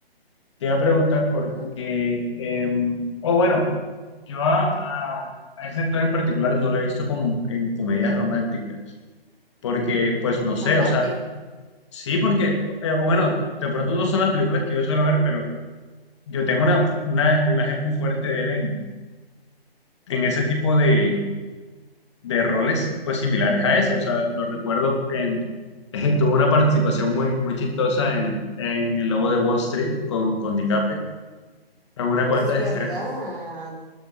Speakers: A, on the left; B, on the right.
A: te iba a preguntar porque,
B: Ujú.
A: em, o bueno, yo a, a, a ese actor en particular no lo he visto como en comedias románticas, porque pues no sé,
B: A Matthew.
A: o sea, Sí, porque, eh, o bueno, de pronto no son las películas que yo suelo ver, pero yo tengo una, una imagen muy fuerte de él en, en ese tipo de, de roles, pues similares a ese. O sea, lo recuerdo en, <laughs> tuvo una participación muy, muy chistosa en, en El Lobo de Wall Street con, con DiCaprio, en una cuantas
B: Es verdad.
A: escenas.